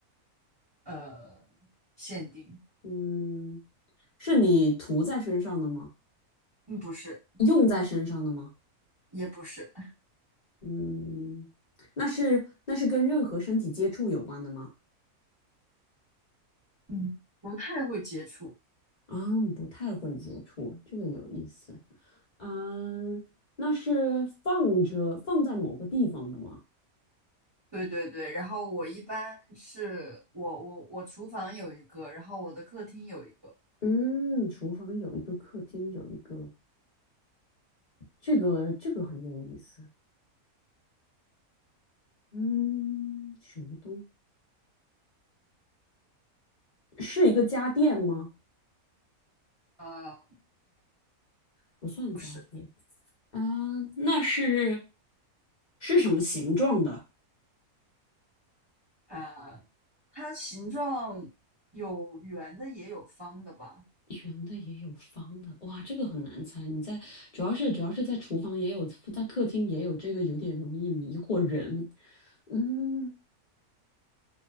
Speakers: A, on the right (about 20°); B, on the left (about 35°).
A: 呃限定，
B: 嗯，是你涂在身上的吗？
A: 嗯，不是，
B: 用在身上的吗？
A: 也不是，
B: 嗯，那是那是跟任何身体接触有关的吗？
A: 嗯，不太会接触。
B: 啊，不太会接触，这个有意思。嗯，那是放着放在某个地方的吗？
A: 对对对，然后我一般是我我我厨房有一个，然后我的客厅有一个，
B: 嗯，厨房有一个，客厅有一个，这个这个很有意思。嗯，什么东？是一个家电吗？
A: 呃，
B: 不算家电。
A: 不是，
B: 啊，那是是什么形状的？
A: 呃，它形状有圆的也有方的吧，
B: 圆的也有方的，哇，这个很难猜。你在主要是主要是在厨房也有，在客厅也有，这个有点容易迷惑人。嗯，